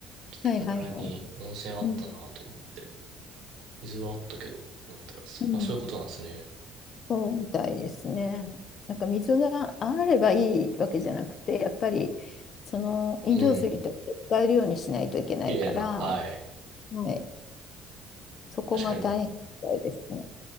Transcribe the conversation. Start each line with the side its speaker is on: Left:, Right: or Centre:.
Right: ピチュ村に温泉あったなと思って。
Left: はいはいはい。うん。
Right: 水はあったけど、思ったら、そまあ、
Left: うん。
Right: そういうことなんですね。
Left: そうみたいですね。なんか水があればいいわけじゃなくて、やっぱりその飲料水として使えるようにしないといけないから、
Right: うん。綺麗な、はい。
Left: はいそこが大変みたいですね。
Right: 確かに、